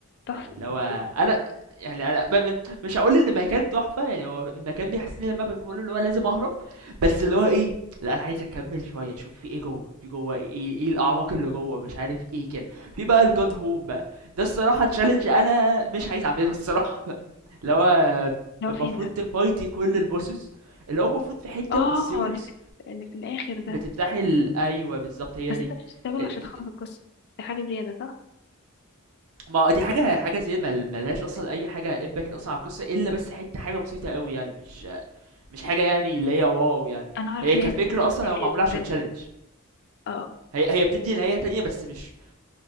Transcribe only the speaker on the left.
تحفة
اللي
هو
فين ده
اه
اللي في اللي في الآخر ده
بس
انت بتستعمله
عشان
تخلص القصة دي حاجة زيادة صح؟
أنا عارفة
إن
هي بتديك
نهاية
تانية
اه